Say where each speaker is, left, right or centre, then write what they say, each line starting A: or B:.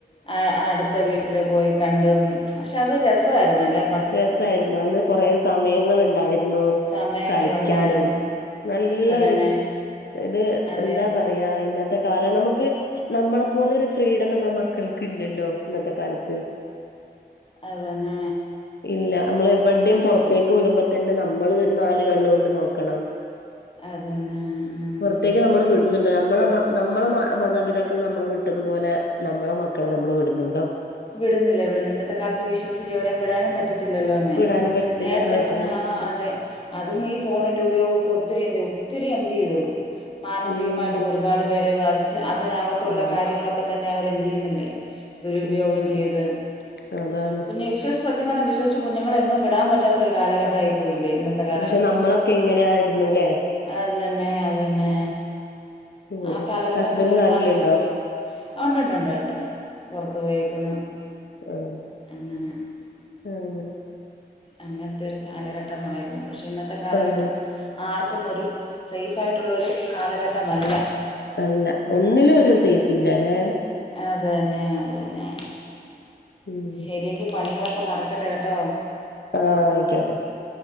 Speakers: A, on the left (about 30°); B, on the left (about 80°).
A: ആഹ് അടുത്ത വീട്ടില് പോയി കണ്ടും പക്ഷെ അത് രസവാരുന്നല്ലേ
B: രസവാരുന്നു അന്ന് കൊറേ സമയങ്ങള് ഇണ്ടായിരുന്നു
A: സമയങ്ങളുണ്ടായിരുന്നു
B: കളിക്കാനും നല്ല
A: അതന്നെ
B: ഒരു ഇത്
A: അതെ
B: എന്താ പറയാ ഇന്ന ഇന്നത്തെ കാലം നമുക്ക് നമ്മളെ പോലെ ഒരു ഫ്രീഡം നമ്മടെ മക്കൾക്ക് ഇല്ലല്ലോ ഇന്നത്തെ കാലത്ത്
A: അത് തന്നെ
B: ഇല്ല നമ്മൾ എവിടെം പൊറത്തേക്ക് വിടുമ്പൊതന്നെ നമ്മൾ ഒരു നാല് കണ്ണോണ്ട് നോക്കണം
A: അതന്നെ ഉം.
B: പൊറത്തേക്ക് നമ്മള് വിടുന്നിണ്ടൊ നമ്മള് നമ്മെളെ മാതാപിതാക്കൾ നമ്മളെ വിട്ടതുപോലെ നമ്മളെ മക്കളെ നമ്മള് വിടുന്നിണ്ടോ
A: വിടുന്നില്ല ഇവിടെനിന്ന് ഇന്നത്തെ കാലത്ത് വിശ്വസിച്ച് എവിടേം വിടാനും പറ്റ ത്തില്ലല്ലോനെ
B: വിടാനും പറ്റത്തില്ല
A: നേരത്തെ
B: ആ അതാണ്
A: ആഹ് അതെ അതും ഈ ഫോണിന്റെ ഉപയോകൊക്കെ ഒത്തിരിയെന്ത് ഒത്തിരിയെന്തേയ്ത് മാനസികമായിട്ട്
B: ഉം
A: ഒരുപാട് പേരെ ബാധിച്ച് അതിനകത്തൊള്ള
B: ബാധിച്ചു
A: കാര്യങ്ങളൊക്കെ തന്നെ അവരെന്തെയ്യ്ന്നില്ലേ ഇതൊരു ഉപയോഗം
B: ഉം
A: ചെയ്ത്
B: അതാണ്
A: കുഞ്ഞെ വിശ്സിച്ച് സത്യം പറഞ്ഞ വിശ്വസിച്ചു കുഞ്ഞുങ്ങളെ എങ്ങും വിടാൻ പറ്റാത്തൊര് കാലഘട്ടായി പോയില്ലെ ഇന്നത്തെ കാലം
B: പക്ഷെ നമ്മളൊക്കെ എങ്ങനെയായിരുന്നു ല്ലേ
A: അത് തന്നെ അതന്നെ
B: ഉം
A: ആഹ്
B: ഉം
A: കാലഘട്ടം
B: ഹസ്ബൻഡ്
A: പോലെ ഒരു
B: നാട്ടിലുണ്ടോ
A: കാലഘട്ടം നിക്ക് ആഹ് ഒണ്ട് ഒണ്ടൊണ്ട് പൊറത്ത് പോയേക്കുന്നു
B: ആഹ്
A: അങ്ങനെ
B: ആഹ്
A: അങ്ങനത്തെ ഒരു കാലഘട്ടമായിരുന്നു പക്ഷെ ഇന്നത്തെ കാലഘട്ടം
B: ആണ്
A: ആർക്കും ഒരു സേഫായിട്ടുള്ളൊരു കാലഘട്ടമല്ല
B: അല്ല ഒന്നിലും ഒരു സേഫില്ലാല്ലെ
A: അത് തന്നെ അത് തന്നെ
B: ഉം
A: ശരിയെങ്കി പണികളൊക്കെ ഒക്കെ നടക്കട്ടെ കെട്ടോ
B: ആഹ് ആയിക്കോട്ടെ